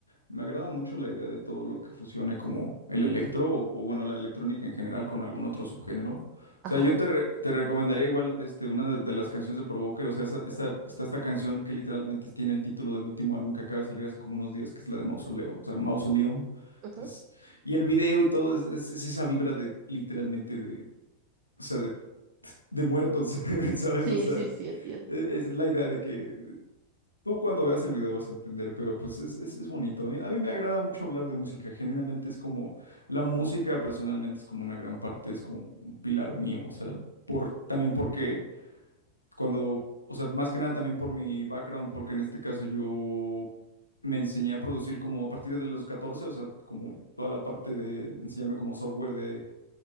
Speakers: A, on the left; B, on the right.
A: me agrada mucho la idea de todo lo que fusione como el electro o, o, bueno, la electrónica en general con algún otro subgénero. O
B: Ajá.
A: sea, yo te, re- te recomendaría igual este, una de, de las canciones de Provoker, o sea, esa, esta, está esta canción que literalmente tiene el título del último álbum que acaba de salir hace como unos días, que es la de Mausoleo, o sea, Mausoleum.
B: ujú.
A: Es, y el video y todo es, es- es esa vibra de literalmente de, o sea, de, de muertos, <laughs> ¿sabes?
B: Sí,
A: O sea,
B: sí, sí, entiendo.
A: e- es la idea de que Tú cuando veas el video vas a entender, pero pues es, es, es bonito. A mí, a mí me agrada mucho hablar de música. Genuinamente es como, la música personalmente es como una gran parte, es como un pilar mío. O sea, por, también porque cuando, o sea, más que nada también por mi background, porque en este caso yo me enseñé a producir como a partir de los 14, o sea, como toda la parte de enseñarme como software de